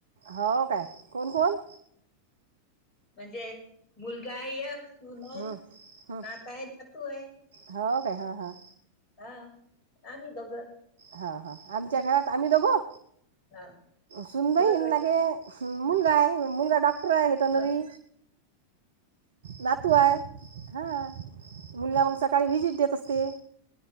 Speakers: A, on the right; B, on the left.
A: हो काय कोण कोण
B: म्हणजे मुलगा यक सून आहे
A: हं हं
B: नात आहे नातू आहे
A: हो काय हा हा
B: हा आम्ही दोघं
A: हां हां आमच्या घरात आम्ही दोघो
B: हा
A: सुनबाई
B: बरं
A: न गे मुलगा आहे मुलगा डॉक्टर ट्राय वेटर्नरी
B: अ,
A: नातू आहे हा मुलगा मंग सकाळी विझिट देत असते